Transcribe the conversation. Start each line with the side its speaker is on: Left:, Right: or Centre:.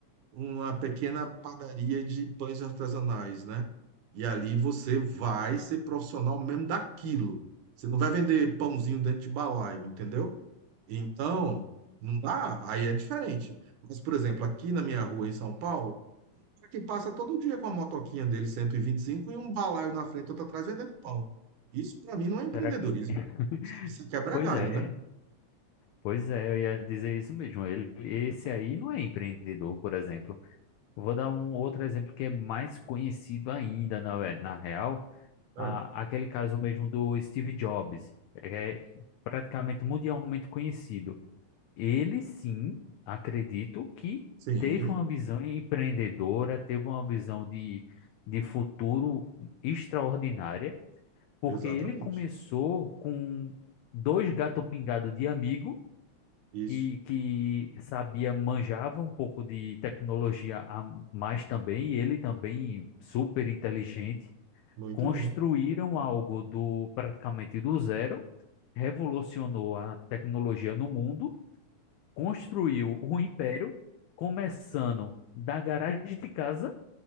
Right: uma pequena padaria de pães artesanais, né? E ali você vai ser profissional mesmo daquilo. Você não vai vender pãozinho dentro de balaio, entendeu? Então, não dá, aí é diferente. Mas, por exemplo, aqui na minha rua em São Paulo, tem um cara que passa todo dia com a motoquinha dele 125 e vinte e cinco e um balaio na frente, outro atrás vendendo pão. Isso para mim não é empreendedorismo.
Left: Será que? <laughs>
Right: Sabe? Isso é quebra
Left: Pois
Right: galho,
Left: é,
Right: né?
Left: pois é, eu ia dizer isso mesmo. Ele, esse aí não é empreendedor, por exemplo. Eu Vou dar um outro exemplo que é mais conhecido ainda, na, ve- na real,
Right: É.
Left: a, aquele caso mesmo do Steve Jobs, é praticamente mundialmente conhecido. Ele sim, acredito que
Right: Sim,
Left: teve uma visão empreendedora, teve uma visão de, de futuro extraordinária, porque
Right: exatamente.
Left: ele começou com dois gatos pingados de amigo
Right: Isso.
Left: que, que sabia, manjava um pouco de tecnologia a mais também, e ele também super inteligente,
Right: Muito
Left: construíram
Right: bem.
Left: algo do praticamente do zero, revolucionou a tecnologia no mundo construiu o império, começando da garagem de casa